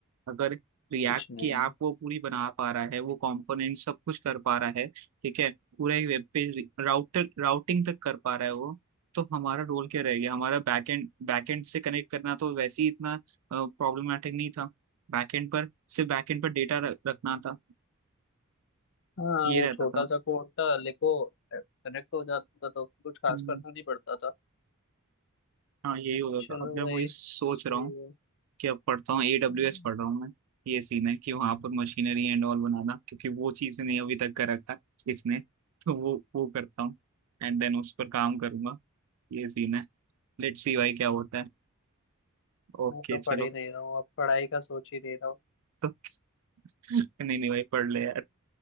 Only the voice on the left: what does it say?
कुछ नहीं
है
हाँ
वो
छोटा
सा कोड था लिखो कनेक्ट हो जाता था कुछ खास
करना नहीं पड़ता था
चलो
भाई
सही
है
हम्म,
मैं तो
पढ़ ही नहीं रहा हूँ अब पढ़ाई का सोच ही नहीं रहा हूँ